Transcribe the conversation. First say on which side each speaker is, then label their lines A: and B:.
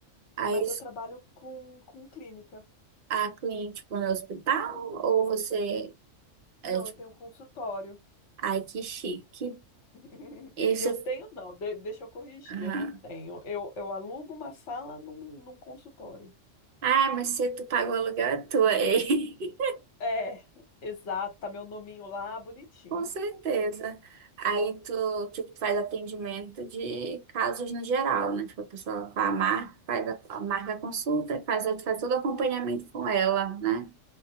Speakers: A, on the right; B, on the left.
A: aí
B: Mas eu trabalho com, com clínica.
A: a cliente, tipo, no hospital, ou você, é,
B: Não,
A: tipo,
B: eu tenho consultório.
A: ai, que chique.
B: <laughs>
A: E você,
B: Eu tenho, não, de- deixa eu corrigir,
A: aham.
B: eu não tenho. Eu, eu alugo uma sala num, num consultório.
A: Ah, mas se tu pagou o aluguel, é tua, hein? <laughs>
B: É, exato, tá meu nominho lá, bonitinho.
A: Com certeza. Aí tu, tipo, tu faz atendimento de casos no geral, né? Tipo, a pessoa faz mar faz a, a marca a consulta, faz, aí tu faz todo o acompanhamento com ela, né?